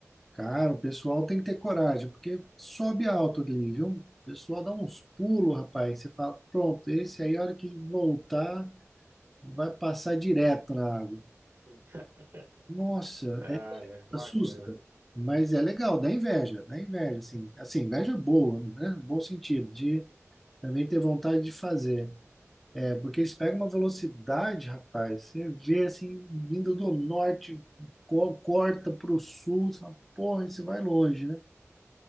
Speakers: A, in the centre; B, on the right.
A: Cara, o pessoal tem que ter coragem, porque sobe alto ali, viu? O pessoal dá uns pulos, rapaz. Você fala, pronto, esse aí, a hora que voltar, vai passar direto na água.
B: <laughs>
A: Nossa,
B: Ah,
A: é,
B: é, bacana.
A: assusta. Mas é legal, dá inveja, dá inveja, assim. Assim, inveja é boa, né? Bom sentido, de também ter vontade de fazer. É porque eles pegam uma velocidade, rapaz. Você vê assim, vindo do norte, co- corta para o sul, você fala, porra, isso vai longe, né?